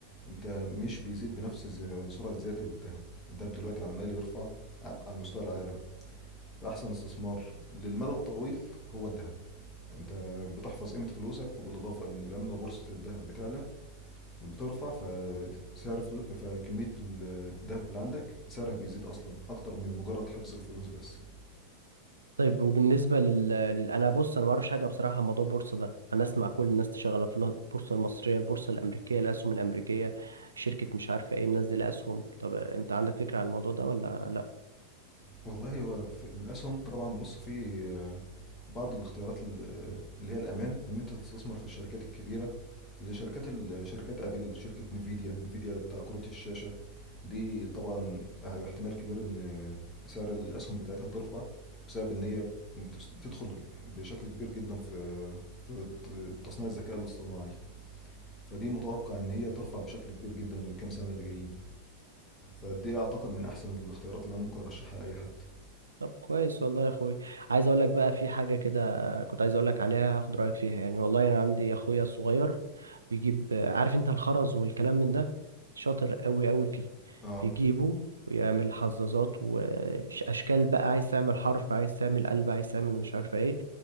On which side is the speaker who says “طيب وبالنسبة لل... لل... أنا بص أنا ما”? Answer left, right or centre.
Right